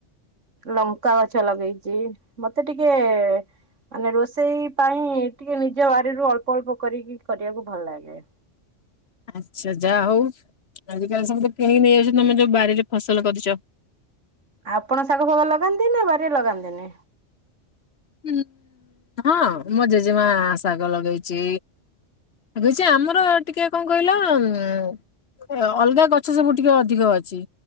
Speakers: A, on the right; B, on the left.
A: ଲଙ୍କା ଗଛ ଲଗେଇଚି ମତେ ଟିକେ। ମାନେ ରୋଷେଇ ପାଇଁ ଟିକେ ନିଜ ବାଡିରୁ ଅଳ୍ପ ଅଳ୍ପ କରିକି କରିବାକୁ ଭଲ ଲାଗେ
B: ଆଚ୍ଛା ଯାହା ହଉ। ଆଜିକାଲି ସବୁ ତ କିଣିକି ନେଇ ଯାଉଛ ତମେ ଯୋଉ ବାଡିରେ ଫସଲ କରିଛ
A: ଆପଣ ଶାଗ ଫାଗ ଲଗାନ୍ତି ନା ବାଡିରେ ଲଗାନ୍ତିନି
B: ହୁଁ ହଁ ମୋ ଜେଜେମା ଶାଗ ଲଗେଇଛି ଲଗେଇଚି ଆମର ଟିକେ କଣ କହିଲ ଉଁ। ଅଲଗା ଗଛ ସବୁ ଟିକେ ଅଧିକ ଅଛି।